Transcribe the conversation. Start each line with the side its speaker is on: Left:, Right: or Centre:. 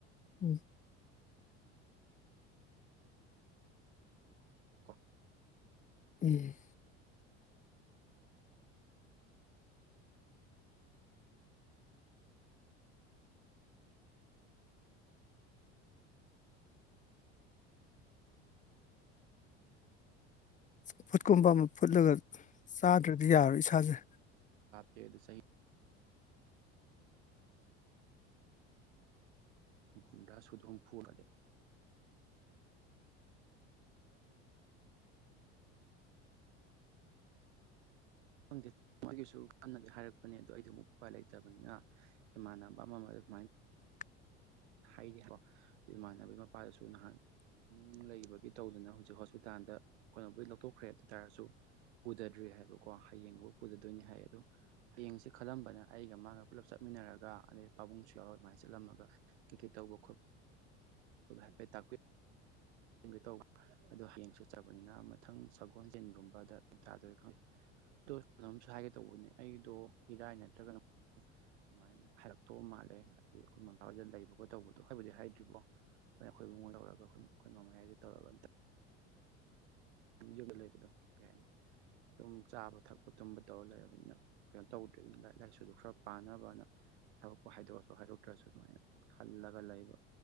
Left: ꯎꯝ
Right: ꯀ
Left: ꯎꯝ ꯆꯐꯨꯠꯀꯨꯝꯕ ꯑꯃ ꯐꯨꯠꯂꯒ ꯆꯥꯗ꯭ꯔꯗꯤ ꯌꯥꯔꯣꯏ ꯏꯁꯥꯁꯦ
Right: ꯐꯦꯗ ꯁꯍꯤ ꯐꯨꯝꯗ꯭ꯔ ꯁꯨꯗꯣꯡ ꯐꯨꯗꯦ ꯈꯪꯗ ꯑꯩꯒꯤꯁꯨ ꯀꯟꯅꯗꯤ ꯍꯥꯏꯔꯛꯄꯅꯦ ꯑꯗꯣ ꯑꯩꯗꯤ ꯑꯃ ꯎꯄꯥꯏ ꯂꯩꯇꯕꯅꯤꯅ ꯏꯃꯥꯟꯅꯕ ꯑꯃ ꯑꯃ
Left: <unintelligible>
Right: ꯍꯥꯏꯔꯤꯣ ꯑꯗꯨ ꯏꯃꯥꯟꯅꯕꯒꯤ ꯃꯄꯥꯗꯁꯨ ꯅꯍꯥꯟ ꯅꯨꯡ ꯂꯩꯕꯒꯤ ꯇꯧꯗꯅ ꯍꯧꯖꯤꯛ ꯍꯣꯁꯄꯤꯇꯥꯜꯗ ꯀꯩꯅꯣꯕꯨꯩ ꯂꯧꯊꯣꯛꯈ꯭ꯔꯦ ꯑꯗꯨ ꯇꯥꯔꯁꯨ ꯄꯨꯗꯗ꯭ꯔꯤ ꯍꯥꯏꯕꯀꯣ ꯍꯌꯦꯡꯒꯕꯨ ꯄꯨꯗꯗꯣꯏꯅꯤ ꯍꯥꯏ ꯑꯗꯣ ꯍꯌꯦꯡꯁꯦ ꯈꯜꯂꯝꯕꯅ ꯑꯩꯒ ꯃꯥꯒ ꯄꯨꯜꯂꯞ ꯆꯠꯃꯤꯟꯅꯔꯒ ꯑꯗꯩ ꯄꯥꯕꯨꯡꯁꯨ ꯌꯥꯎꯔ ꯑꯗꯨꯃꯥꯏꯅ ꯆꯠꯂꯝꯃꯒ ꯇꯤꯀꯦ ꯇꯧꯒꯈ ꯈꯨꯗ ꯍꯥꯏ ꯄꯦ ꯇꯈꯏ ꯒ ꯇꯧꯕ ꯑꯗꯣ ꯍꯌꯦꯡ ꯆꯠꯆꯕꯅꯤꯅ ꯃꯊꯪ ꯁꯒꯣꯜꯖꯤꯟꯒꯨꯝꯕꯗ ꯇꯥꯗꯣꯏꯔ ꯈꯪꯗꯦ ꯑꯗꯝꯁꯨ ꯍꯥꯏꯒꯦ ꯇꯧꯕꯅꯦ ꯑꯩꯗꯣ ꯏꯔꯥꯏ ꯅꯠꯇ꯭ꯔꯒꯅ ꯑꯗꯨꯃꯥꯏꯅ ꯍꯥꯏꯔꯛꯇꯧꯕ ꯃꯥꯜꯂꯦ ꯍꯥꯏꯗꯤ ꯑꯩꯈꯣꯏ ꯃꯥꯋꯥꯗ ꯂꯩꯕ ꯈꯣꯠ ꯇꯧꯕꯗꯣ ꯍꯥꯏꯕꯨꯗꯤ ꯍꯥꯏꯗ꯭ꯔꯤꯕꯣ ꯑꯩꯈꯣꯏ ꯏꯕꯨꯡ ꯂꯧꯔꯒ ꯑꯩꯈꯣꯏ ꯑꯩꯈꯣꯏ ꯃꯃꯌꯥꯏꯗ ꯇꯧꯔꯒ ꯑꯃꯝꯇ ꯌꯨꯝꯗ ꯂꯩꯕꯗꯣ ꯀꯩ ꯍꯥꯏꯅꯤ ꯑꯗꯨꯝ ꯆꯥꯕ ꯊꯛꯄ ꯇꯨꯝꯕ ꯇꯧꯔ ꯂꯩꯔꯕꯅꯤꯅ ꯀꯩꯅꯣ ꯇꯧꯗ꯭ꯔꯦꯅ ꯂꯥꯏꯔꯤꯛ ꯂꯥꯏꯁꯨꯗ ꯈꯔ ꯄꯥꯅꯕꯅ ꯊꯕꯛꯄꯨ ꯍꯥꯏꯗꯣꯛꯑꯁꯨ ꯍꯥꯏꯗꯣꯛꯇ꯭ꯔꯁꯨ ꯑꯗꯨꯃꯥꯏꯅ ꯈꯜꯂꯒ ꯂꯩꯕ